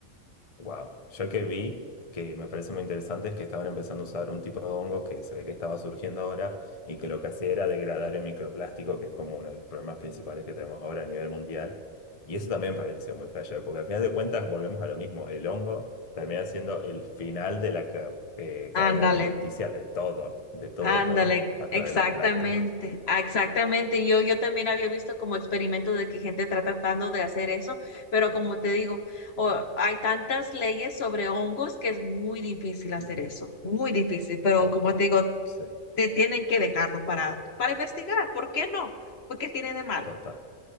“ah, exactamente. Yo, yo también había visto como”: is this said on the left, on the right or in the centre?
Left